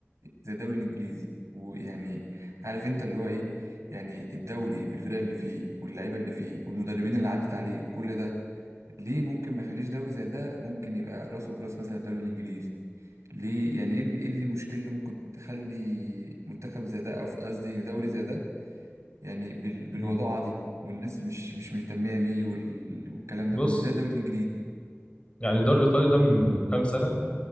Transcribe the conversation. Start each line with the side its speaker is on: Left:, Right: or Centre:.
Right: زي الدوري الانجليزي ويعني عارف انت اللي هو ايه يعني الدوري بالفرق اللي فيه واللعيبه اللي فيه والمدربين اللي عدت عليه كل ده ليه ممكن ما يخليش دوري زي ده ممكن يبقى راسه براس مثلا الدوري الانجليزي ليه يعني ايه ال- إيه اللي المشكلة اللي ممكن تخلي منتخب زي ده او في- قصدي دوري زي ده يعني بال- بالوضاعة
Left: مم.
Right: دي والناس مش مش مهتمية بيه وال- والكلام
Left: بص
Right: ده كله زي الدوري الانجليزي
Left: يعني الدوري الايطالي ده من كام سنه